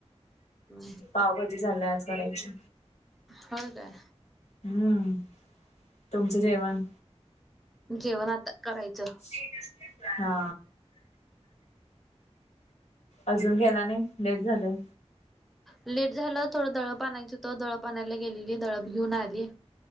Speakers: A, in the centre; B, on the left.
A: हो
B: पावभाजी झालाय आज करायची
A: होय काय
B: हम्म तुमचं जेवण
A: जेवण आत्ता करायचं
B: ते हा अजून गेला नाही लेट झालं
A: लेट झालं, थोडं दळप आणायचं होत, दळप आणायला गेलेली दळप घेऊन आली.